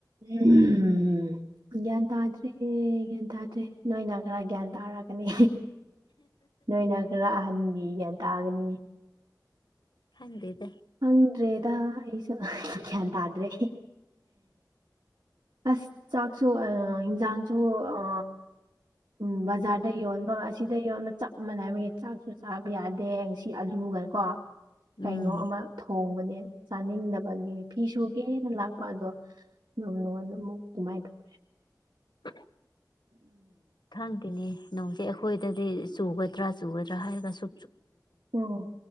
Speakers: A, on the right; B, on the left.
A: ꯎꯝ ꯌꯥꯗꯥ꯭ꯔꯦ ꯒ꯭ꯌꯥꯟ ꯇꯥꯗ꯭ꯔꯦ ꯅꯣꯏꯅ ꯈꯔ ꯒ꯭ꯌꯥꯟ ꯇꯥꯔꯛꯒꯅꯤ ꯅꯣꯏꯅ ꯈꯔ ꯑꯍꯟꯉ ꯌꯦ ꯇꯥꯒꯅꯤ
B: ꯍꯪꯗꯗ
A: ꯍꯪ꯭ꯔꯔꯤꯗꯁꯨꯗꯗ꯭ꯔꯦ ꯑꯁ ꯆꯥꯥꯛꯁꯨ ꯑꯖꯥꯁꯨꯣ ꯑ ꯎꯝ ꯕꯖꯥꯔꯗ ꯌꯣꯟꯕꯁꯤꯗ ꯌꯣꯟꯕ ꯆꯞ ꯃꯥꯟꯅꯩꯕꯒꯤ ꯆꯥꯛꯁꯨ ꯆꯥꯕ ꯌꯥꯗꯦ ꯉꯁꯤ ꯑꯂꯨ ꯑꯗꯨꯒ ꯀꯣ ꯀꯩꯅꯣ
B: ꯎꯝ
A: ꯑꯃ ꯍꯣꯡꯕꯅꯦ ꯆꯥꯅꯤꯡꯗꯕꯒꯤ ꯐꯤ ꯁꯨꯒꯦꯅ ꯂꯥꯛꯄ ꯑꯗꯣ ꯅꯅ ꯇꯃꯥꯏ ꯇꯧꯦ
B: <unintelligible> ꯈꯪꯗꯦꯅꯦ ꯅꯣꯡꯁꯦ ꯑꯩꯈꯣꯏꯗꯗꯤ ꯆꯨꯒꯗ꯭ꯔꯥ ꯆꯨꯒꯗ꯭ꯔꯥ ꯍꯥꯏꯔꯒ ꯁ
A: ꯑꯣ